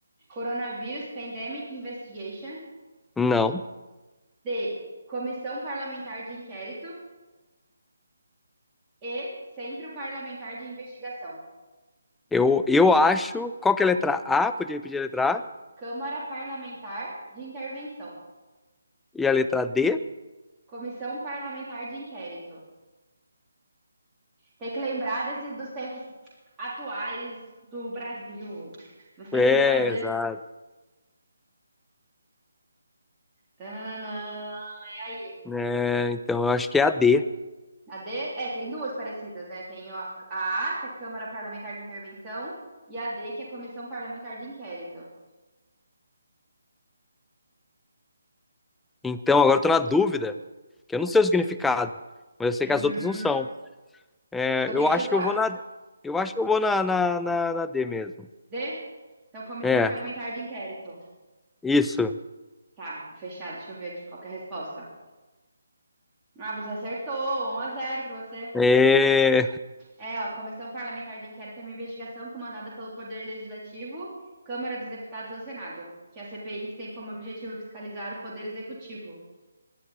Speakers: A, on the right; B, in the centre.
A: Coronavírus Pandemic Investigation.
B: não.
A: D. Comissão Parlamentar de Inquérito. E. Centro Parlamentar de Investigação.
B: Eu, eu acho. Qual que é a letra A? Podia repetir a letra A?
A: Câmara Parlamentar de Intervenção.
B: E a letra D?
A: Comissão Parlamentar de Inquérito. Tem que lembrar desses, dos tempos atuais do Brasil. Você
B: É,
A: lembrar de.
B: exato.
A: Tananana, e aí?
B: É, então eu acho que é a D.
A: A D, é, tem duas parecidas, né? Tem a, a A, que é a Câmara Parlamentar de Intervenção, e a D, que é a Comissão Parlamentar de Inquérito.
B: Então, agora eu tô na dúvida, que eu não sei o significado, mas eu sei
A: Hum,
B: que as outras não são. É,
A: então
B: eu
A: tem que
B: acho
A: chutar.
B: que eu vou na. Eu acho que eu vou na, na, na, na D mesmo.
A: D? Então, Comissão
B: É,
A: Parlamentar de Inquérito.
B: isso.
A: Tá, fechado. Deixa eu ver aqui qual que é a resposta. Ah, você acertou. Um a zero para você.
B: É,
A: É, ó, Comissão Parlamentar de Inquérito é uma investigação comandada pelo Poder Legislativo, Câmara dos Deputados ou Senado, que é a CPI tem como objetivo fiscalizar o Poder Executivo.